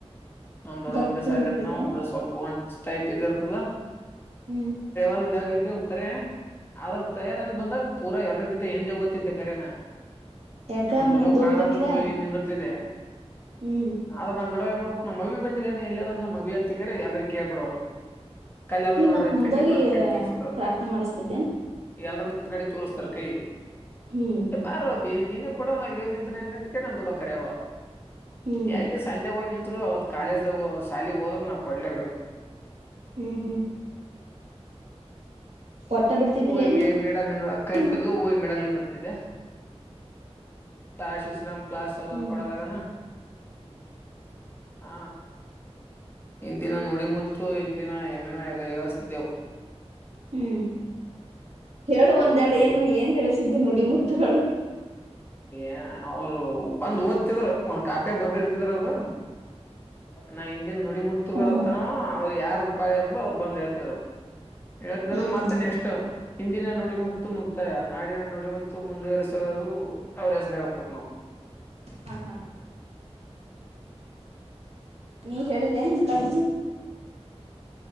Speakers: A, on the left (about 20°); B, on the right (about 70°).
A: ನಮ ದೊಡ
B: ಗತ್ತು
A: ಒಂದ ದಿವಸನ
B: ಇರ್ತತೆೇನ್
A: ಒಂಡಸ್. ಸ್ವಲ್ಪ ಒಂದ ಟೈಪ್ ಇದ ಇರ್ತದ.
B: ಹ್ಮ್
A: ಲ್ ದೇಾಗ ಇದಿದ್ದೆವು ಕರೆ ಆದ್ರ ಪ್ರೇಯಾರ ಬಂದಾಗ ಪೂರ ಎಲ್ರಗಿಂತ ಎಿಂದೆ ಓದ್ತಿದ್ದೆ ಕರನ.
B: ಯಾಕ
A: ನಾ್ ದೊಡ್ಡ
B: ಮುಂದ್ ಹೋಗ್ಬೇಕಿಲ್ಲ
A: ಕಾಣಾರ್ದಂಗ ಹೋಗಿ ಇನ್ನಂದ ಇರ್ತಿದೆ.
B: ಹ್ಮ್
A: ಆದ್ರ ನ ದೊಡವ್ ಮಾಡಕ್ ನ ಮವಿಿ ಬಿಲ್ಲೇಏ ಎಲ್ಲಿ ಅ ನ ಮಬಿ ಹತ್ತಕ್ಕರಿ ಎಲ್ಲರಿಗೂ ಕಳ್ಬ ಬಿಡವರು. ಕಲ್ಲ ಅದ
B: ನೀ
A: ನೋಡ್ರಿ
B: ಮತ್
A: ಅತ್ತ
B: ಮುಂದೋಗಿ
A: ತಕರ ನನ್ ಕಡೆ ತೋರ್ಸಿ ಬಿಡಾರ
B: ಪ್ರಾರ್ಥನೆ ಮಾಡಿಸತಿದ್ದೇನ್
A: ಎಲ್ರ ಕಡೆ ತೋರ್ಸ್ತರ್ ಕೈ.
B: ಹ್ಮ್
A: ಬಾರೋ ಅಭಿ ನೀನು ಕೊಡ ಅಲ್ಲಿ ಹೋಗಿ ನಿಂತ್ರ ಹೆಂಗತ್ ನಾ ದೊಡ್ಡ ಕರೆವ
B: ಹ್ಮ್
A: ಎಲ್ಲಿ. ಅಲ್ಲೇ ಹೋಗಿ ನಿಂತರು ಅವತ್ತು ಕಾಲೇಜ್ದಾಗ ಶಾಲಿಗೆ ಹೋದ್ರರು ನಾವು ಕೊಡಲೇಬೇಕು.
B: ಹ್ಮ್ ಹ್ಮ್ ಒಟ್ಟ ಬಿಡ್ತಿದ್ದಿಲ್ಲ
A: ಹವಿಗೆ
B: ಏನ್
A: ಮಿಡಲ್ಲಿ ಕರ್ತಿಡ್ಲು
B: ನೀನು
A: ಹೋಗಿ ಮಿಡಲ್ಲಿಂದ ಇರ್ತಿದೆ. ಕ್ಲಾಸ್ ವಿಶ್ರಾಮ್ ಕ್ಲಾಸ್ ಸಾವಧಾನ್
B: ಹ್ಮ್
A: ಕೊಡದಾಗನ ಹ. ಇಂದಿನ ನುಡಿಮುತ್ತು ಇಂದಿನ ಏನೇನ ಏಳುಸ್ತಿದ್ದೆವು.
B: ಹ್ಮ್ ಹೇಳು ಒಂದೆಡು
A: ನೋಡಿ
B: ಏನು ಏನ್ ಹೇಳಿಸಿದ್ದಿ ನುಡಿಮುತ್ತಗಳು.
A: ಏನ ಅವರು ಬಂದು ಓದ್ತಿದ್ರ ಕಾಪಿ ಬರ್ದಿ ಇರ್ತಿದ್ರ ಅದು. ನಾ ಹನ್ ನೋಡಿ ಮು.
B: ಹ್ಮ್
A: ಮುತ್ತನ ಅವ್ರು ಯಾರದು ಉಪಾಯ ಅವ್ರು ಬಂದ ಹೇಳ್ತಿದ್ರು ಹೇಳ್ತಿದ್ರು
B: ಹ್ಮ್
A: ಮತ್ತೆ
B: ಹ್ಮ್
A: ನೆಕ್ಸ್ಟ್. ಹಿಂದಿನ ನುಡಿಮತ್ತು ಮುಕ್ತಾಯ. ನಾಡಿನ ನುಡಿಮುತ್ತ ಮುಂದುವರೆಸುವರು. ಅವರ ಹೆಸರು ಹೇಳಬೇಕು.
B: ಹಾ ಹಾ ನೀ ಹೇಳಿ. <unintelligible>
A: ಹಂಗ
B: <inaudible>